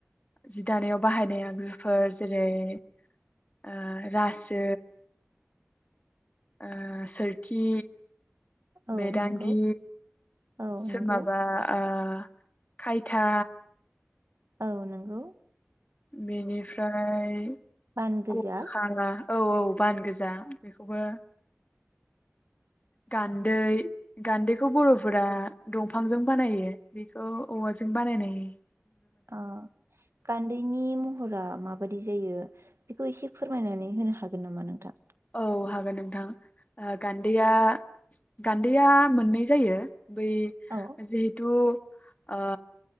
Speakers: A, on the left; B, on the right.
A: जि दानायाव बाहायनाय आगजुफोर जेरै ओ रासो, ओ सोरखि,
B: औ
A: बेदांगि,
B: नंगौ औ
A: सोर
B: नंगौ
A: माबा आ ओ खायथा
B: औ नोंगौ।
A: बेनिफ्राय
B: बान गोजा
A: गरखा औ औ बान गोजा बेखौबो गान्दै-गान्दैखौ बर'फोरा दंफांजों बानायो। बेखौ औवाजों बानायनाय
B: अ गान्दैनि मुं हरा माबादि जायो बेखौ एसे फोरमायनानै होनो हागोन नामा नोंथा?
A: औ हागोन नोंथां ओ गान्दैया-गान्दैया मोननै जायो। बै
B: औ
A: जिहेथु ओ